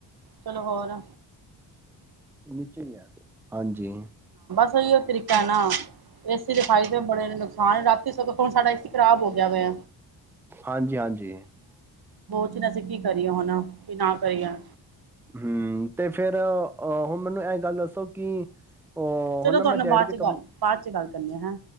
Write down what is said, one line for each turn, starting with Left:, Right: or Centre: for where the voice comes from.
Right: ਚਲੋ ਹੋਰ
Centre: ਨੀਚੇ ਆ ਹਾਂਜੀ
Right: ਸਹੀ ਉਹ ਤਰੀਕਾ ਹੈ। ਨਾ ਏਸੀ ਦੇ ਫਾਇਦੇ ਬੜੇ ਨੁਕਸਾਨ ਰਾਤੀ ਸਗੋ ਹੁਣ ਸਾਡਾ ਏ ਸੀ ਖਰਾਬ ਹੋ ਗਿਆ ਹੋਇ
Centre: ਹਾਂਜੀ ਹਾਂਜੀ
Right: ਕੁਛ ਨਾ ਅਸੀਂ ਕੀ ਕਰੀਏ ਹੁਣ ਕੀ ਨਾ ਕਰੀਏ।
Centre: ਹਮ ਤੇ ਫੇਰ ਅਹ ਹੁਣ ਮੈਨੂੰ ਇਹ ਗੱਲ ਦੱਸੋ ਕਿ ਉਹ
Right: ਚਲੋ
Centre: ਹੁਣ ਨਾ
Right: ਤੁਹਾਡੇ
Centre: ਮੈਂ
Right: ਨਾਲ
Centre: ਡੈਡੀ
Right: ਬਾਅਦ
Centre: ਦੇ
Right: ਚ
Centre: ਕੰਮ
Right: ਗੱਲ ਬ ਬਾਦ ਚ ਗੱਲ ਕਰਨੀੇ ਆ ਹੈਂ।